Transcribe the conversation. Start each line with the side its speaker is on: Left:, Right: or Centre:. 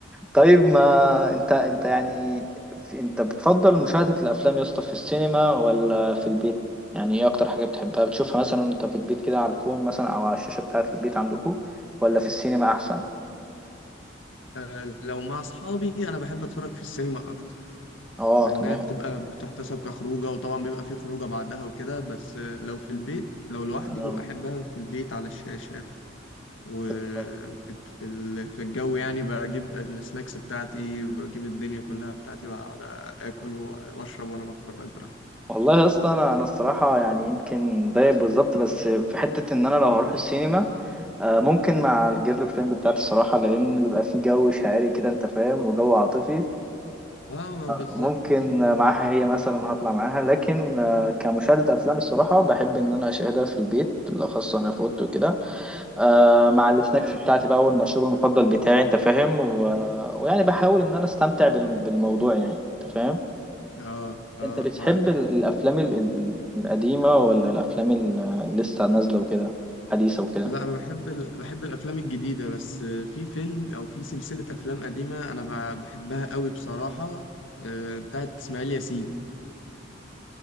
Centre: طيب ما انت انت يعني في- انت بتفضل مشاهدة الافلام يا اسطى في السينما ولا في البيت يعني ايه اكتر حاجة بتحبها بتشوفها مثلا انت في البيت كده على الفون مثلا او على الشاشة بتاعة البيت عندكم ولا في السينما احسن
Left: آه، لو مع أصحابي أنا بحب أتفرج في السينما أكتر
Centre: اه
Left: لأنها
Centre: تمام
Left: بتبقى بتحتسب كخروجة وطبعا بيبقى في خروجة بعدها وكده بس آه، لو في البيت لو لوحدي
Centre: اه
Left: ببقى أحبها في البيت على الشاشة وفي
Centre: بالظبط.
Left: في ال- في الجو يعني بجيب السناكس بتاعتي بجيب الدنيا كلها بتاعتي وأقعد آكل وأشرب وأنا بتفرج براحتي
Centre: والله يا اسطى انا انا الصراحة يعني يمكن زيك بالظبط بس في حتة ان انا لو هروح السينما آه، ممكن مع الجيرل فريند بتاعتي الصراحة لأن بيبقى في جو شاعري كده أنت فاهم وجو عاطفي
Left: اه بالظبط
Centre: ممكن
Left: اه
Centre: معاها هي مثلا هطلع معاها لكن آه، كمشاهدة أفلام الصراحة بحب إن أنا أشاهدها في البيت بالأخص أنا في أوضتي وكده آه، مع السناكس بتاعتي بقى والمشروب المفضل بتاعي أنت فاهم و- ويعني بحاول إن أنا أستمتع بال- بالموضوع يعني أنت فاهم
Left: اه آه،
Centre: أنت بتحب
Left: ما
Centre: ال- الأفلام ال- ال- القديمة ولا الأفلام اللي لسه نازلة وكده حديثة وكده
Left: لا انا بحب ال... بحب الافلام الجديده بس في فيلم او في سلسله افلام قديمه انا ب... بحبها قوي بصراحه آه، بتاعت اسماعيل ياسين